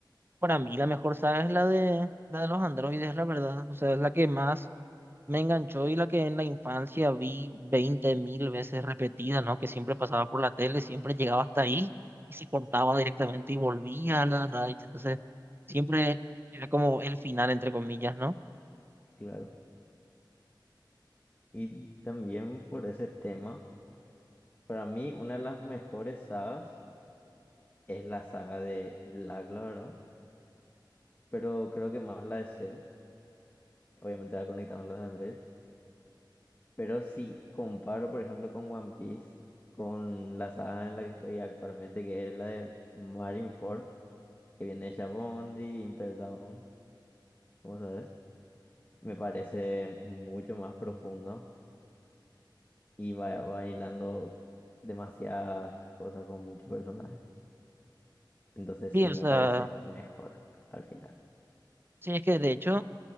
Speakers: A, on the right (about 25°); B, on the left (about 25°).
A: Para mí la mejor saga es la de la de los androides, la verdad. O sea, es la que más me enganchó y la que en la infancia vi veinte mil veces repetida, ¿no? Que siempre pasaba por la tele, siempre llegaba hasta ahí y se cortaba directamente y volvía a la radio. Entonces, siempre era como el final, entre comillas, ¿no?
B: claro. Y también por ese tema, para mí una de las mejores sagas es la saga de Black, la verdad, pero creo que más la de Cell, obviamente la conectamos con los de Andrés, pero si comparo, por ejemplo, con One Piece, con la saga en la que estoy actualmente, que es la de Marineford, que viene de Shabondi, Impel Down, ¿cómo sabes? Me parece mucho más profundo y va bailando demasiadas cosas con muchos personajes. Entonces
A: Sí,
B: sí
A: o
B: me
A: sea,
B: parece mejor al final.
A: sí, es que de hecho